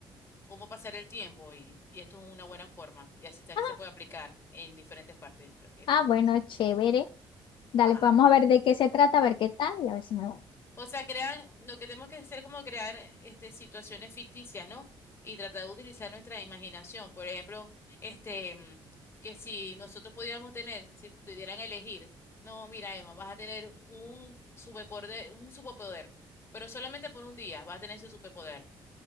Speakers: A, on the left (about 30°); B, on the left (about 65°).
A: cómo pasar el tiempo. Y, y esto es una buena forma. Y así también
B: Ah,
A: se puede aplicar en diferentes partes. Pero que está
B: ah,
A: guay.
B: bueno, chévere. Dale,
A: Ajá.
B: pues vamos a ver de qué se trata, a ver qué tal y a ver si me voy.
A: O sea, crean, lo que tenemos que hacer es como crear este, situaciones ficticias, ¿no? Y tratar de utilizar nuestra imaginación. Por ejemplo, este, mm, que si nosotros pudiéramos tener, si pudieran elegir, no, mira, Emma, vas a tener un superpoder, un superpoder, pero solamente por un día vas a tener ese superpoder.